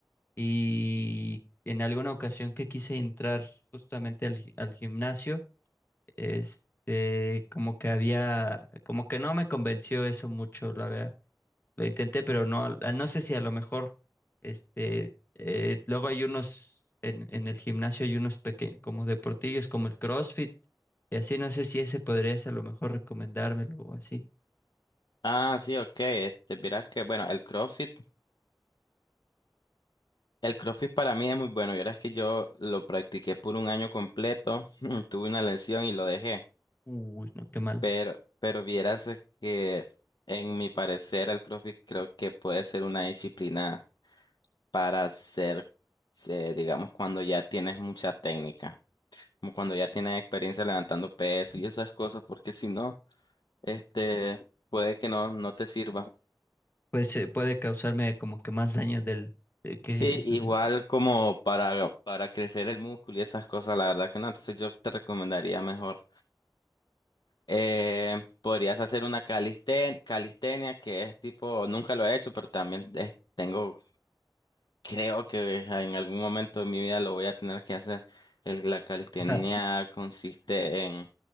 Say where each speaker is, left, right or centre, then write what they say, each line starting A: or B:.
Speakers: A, on the left (about 25°); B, on the left (about 70°).
A: Y en alguna ocasión que quise entrar justamente al, gi- al gimnasio, este, como que había, como que no me convenció eso mucho, la verdad. Lo intenté, pero no, a- no sé si a lo mejor, este, eh, luego hay unos, en, en el gimnasio hay unos pequeños, como deportillos, como el CrossFit, y así, no sé si ese podrías a lo mejor recomendármelo o así.
B: Ah, sí, ok. Este, verás que bueno, el CrossFit, el CrossFit para mí es muy bueno. Verás que yo lo practiqué por un año completo, <laughs> tuve una lesión y lo dejé.
A: Uy, no, qué mal.
B: Pero, pero vieras es que, en mi parecer, el CrossFit creo que puede ser una disciplina para hacer, eh, digamos, cuando ya tienes mucha técnica, como cuando ya tienes experiencia levantando peso y esas cosas, porque si no, este, puede que no, no te sirva.
A: Pues eh, puede causarme como que más daño del eh, que...
B: Sí, igual
A: <laughs> de-
B: como para, para crecer el músculo y esas cosas, la verdad que no, entonces yo te recomendaría mejor. Eh, podrías hacer una calisten- calistenia, que es tipo, nunca lo he hecho, pero también es- tengo, creo que en algún momento de mi vida lo voy a tener que hacer. El- la calistenia
A: Ah,
B: consiste en